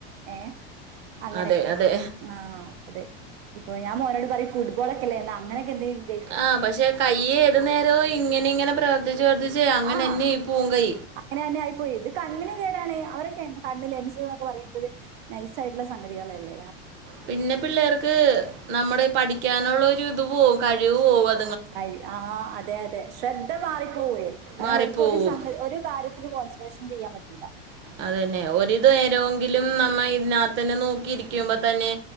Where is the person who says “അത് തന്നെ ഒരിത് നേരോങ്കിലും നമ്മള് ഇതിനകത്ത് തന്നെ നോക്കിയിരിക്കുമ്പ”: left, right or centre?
Right